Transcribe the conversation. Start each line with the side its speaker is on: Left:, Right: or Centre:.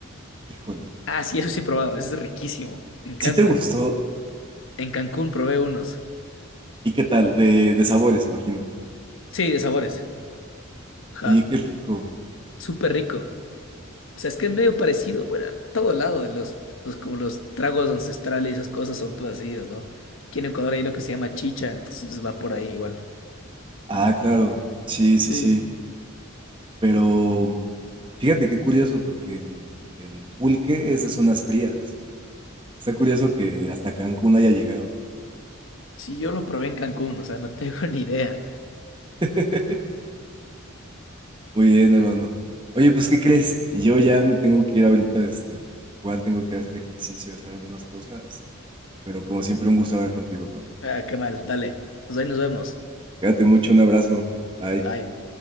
Right: Híjole.
Left: Ah, sí, eso sí he probado. Eso es riquísimo. Me encanta.
Right: ¿Sí te gustó?
Left: En Cancún probé unos.
Right: ¿Y qué tal? De, de sabores, imagino.
Left: Sí, de sabores. Ajá.
Right: Oye, qué rico.
Left: Súper rico. O sea, es que es medio parecido, bueno, en todo lado, de los, los- como los tragos ancestrales y esas cosas son parecidos, ¿no? Aquí en Ecuador hay lo que se llama chicha, entonces va por ahí igual.
Right: Ah, claro. Sí,
Left: Sí.
Right: sí, sí. Pero fíjate qué curioso, porque el, el pulque es de zonas frías. Está curioso que hasta Cancún haya llegado.
Left: Sí, yo lo probé en Cancún, o sea, no tengo <laughs> ni idea.
Right: <laughs> Muy bien, hermano. Oye, pues, ¿qué crees? Yo ya me tengo que ir ahorita, este, igual tengo que hacer ejercicio y hacer algunas cosas, pero como siempre, un gusto hablar contigo, hermano.
Left: Ah, qué mal, dale. Entonces ahí nos vemos.
Right: Cuídate mucho, un abrazo. Bye.
Left: Bye.